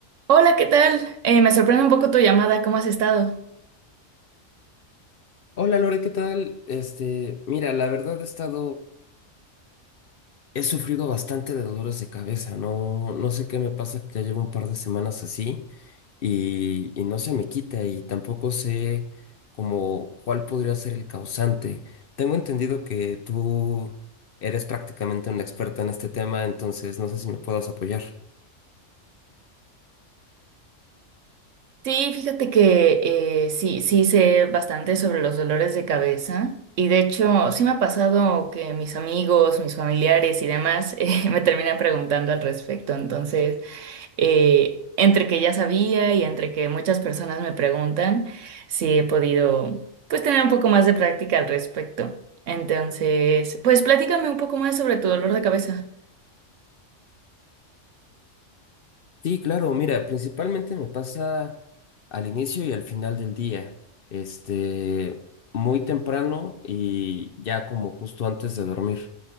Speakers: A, on the right; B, on the left.
A: Hola, ¿qué tal? Eh, me sorprende un poco tu llamada, ¿cómo has estado?
B: Hola Lore, ¿qué tal? Este, mira, la verdad he estado, he sufrido bastante de dolores de cabeza, no, no sé qué me pasa que ya llevo un par de semanas así y, y no se me quita y tampoco sé como cuál podría ser el causante. Tengo entendido que tú eres prácticamente una experta en este tema, entonces no sé si me puedas apoyar.
A: Sí, fíjate que eh, sí, sí sé bastante sobre los dolores de cabeza y de hecho sí me ha pasado que mis amigos, mis familiares y demás <laughs> eh, me terminan preguntando al respecto. Entonces, eh, entre que ya sabía y entre que muchas personas me preguntan, sí he podido pues tener un poco más de práctica al respecto. Entonces, pues platícame un poco más sobre tu dolor de cabeza.
B: Sí, claro, mira, principalmente me pasa al inicio y al final del día, este, muy temprano y ya como justo antes de dormir.